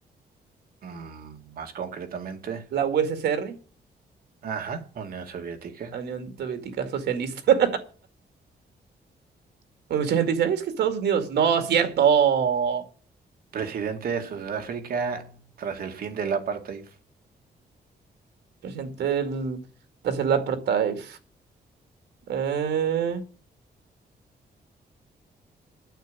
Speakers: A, on the right; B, on the right.
A: Mm, más concretamente,
B: la USSR,
A: Ajá, Unión Soviética.
B: la Unión Soviética Socialista. <laughs> Mucha gente dice, es que Estados Unidos. No, cierto.
A: Presidente de Sudáfrica tras el fin del apartheid.
B: Presidente el tercer apartheid. Eh...